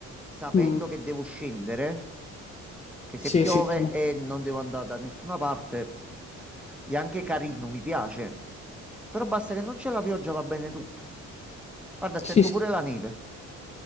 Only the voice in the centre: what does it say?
sapendo
che devo scendere, che se
piove
e non devo andare da nessuna parte, è anche carino, mi piace. Però basta che non c'è la pioggia, va bene tutto. Guarda, accetto
pure la neve.